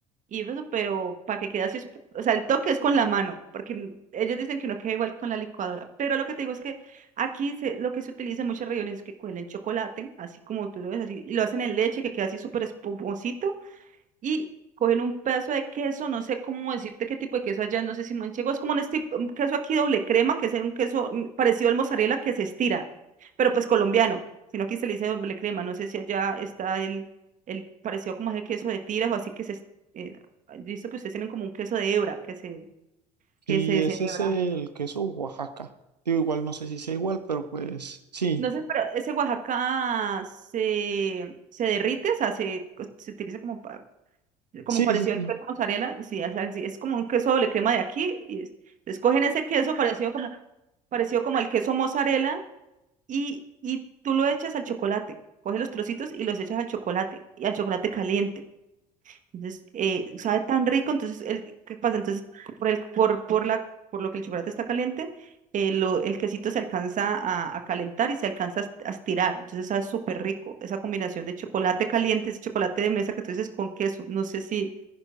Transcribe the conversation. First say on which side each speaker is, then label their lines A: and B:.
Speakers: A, on the right (about 40°); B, on the right (about 80°).
A: y eso, pero para que quede así, o sea, el toque es con la mano, porque mm, ellos dicen que no queda igual con la licuadora, pero lo que te digo es que Aquí se- lo que se utiliza en muchas regiones es que cogen el chocolate, así como tú lo ves, así, y lo hacen en leche, que queda así súper espumosito, y cogen un pedazo de queso, no sé cómo decirte qué tipo de queso allá, no sé si manchego, es como un, esti- un queso aquí doble crema, que es un queso mm, parecido al mozzarella que se estira, pero pues colombiano, sino aquí se le dice doble crema, no sé si allá está el, el parecido como ese queso de tiras o así que se, es- eh, he visto que ustedes tienen como un queso de hebra, que se, que
B: Sí,
A: se deshebra.
B: ese es el queso Oaxaca. Digo, igual no sé si sea igual, pero pues sí.
A: No sé, pero ese Oaxaca se, se derrite, o sea, se, co- se utiliza como, pa- como
B: Sí,
A: parecido
B: sí, sí.
A: al queso mozzarella. Sí, es, así, es como un queso doble crema de aquí. Y es- entonces ese queso parecido como, parecido como el queso mozzarella y, y tú lo echas al chocolate. Coges los trocitos y los echas al chocolate, y al chocolate caliente. Entonces, eh, sabe tan rico, entonces, el, ¿qué pasa? Entonces, por el, por, por la, por lo que el chocolate está caliente, eh, lo- el quesito se alcanza a, a calentar y se alcanza a est- a estirar. Entonces, sabe súper rico esa combinación de chocolate caliente, ese chocolate de mesa que tú dices con queso. No sé si,